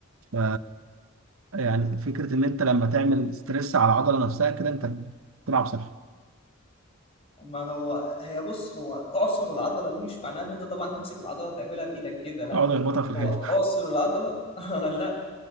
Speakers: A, on the right; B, on the left.
A: ف يعني فكره ان انت لما تعمل ستريس على العضله نفسها كده انت بتلعب صح
B: ما هو هي بص هو أعصر العضلة دي مش معناه إن أنت طبعا تمسك العضلة تعملها بإيدك كده لا
A: اقعد اخبطها في الحيطه
B: هو أعصر العضلة <laughs> لا